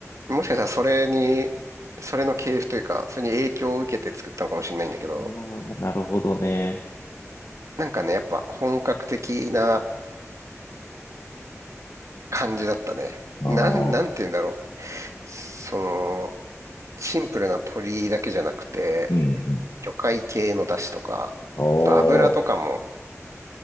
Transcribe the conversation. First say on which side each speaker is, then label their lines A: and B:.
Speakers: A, on the right; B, on the left.
A: もしかしたらそれに、それの系譜というか、それに影響を受けて作ったのかもしれないんだけど、
B: あーなるほどね。
A: なんかね、やっぱ本格的な感じだったね。
B: ああ、
A: なん、なんて言うんだろう。
B: うん、
A: その、シンプルな鶏だけじゃなくて、
B: うん。
A: 魚介系の出汁とか、
B: ああ、
A: あと油とかも、